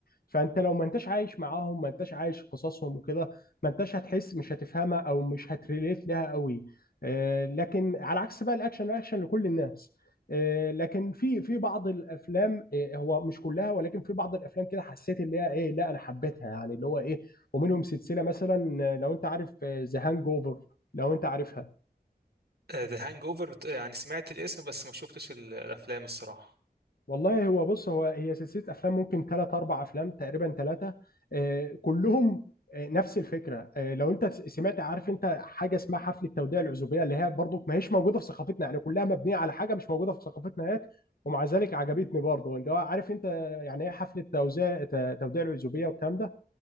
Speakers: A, on the left (about 65°); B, on the right (about 70°).
A: فانت لو ما انتش عايش معاهم ما انتش عايش قصصهم وكده ما انتش هتحس مش هتفهمها او مش هتريليت لها قوي آه، لكن على عكس بقى الاكشن الاكشن لكل الناس آه، لكن في في بعض الافلام آه، هو مش كلها ولكن في بعض الافلام كده حسيت اللي هي ايه لا انا حبيتها يعني اللي هو ايه ومنهم سلسله مثلا آه، لو انت عارف ذا هانج اوفر لو انت عارفها
B: ذا هانج اوفر يعني سمعت الاسم بس ما شفتش ال- الافلام الصراحه
A: والله هو بص هو هي سلسلة أفلام ممكن ثلاث أربع أفلام تقريبا ثلاثة كلهم آه، نفس الفكرة آه، لو أنت س- سمعت عارف أنت حاجة اسمها حفلة توديع العزوبية اللي هي برضو ما هيش موجودة في ثقافتنا يعني كلها مبنية على حاجة مش موجودة في ثقافتنا هيك ومع ذلك عجبتني برضو أنت عارف أنت يعني إيه حفلة توزيع ت- توديع العزوبية والكلام ده؟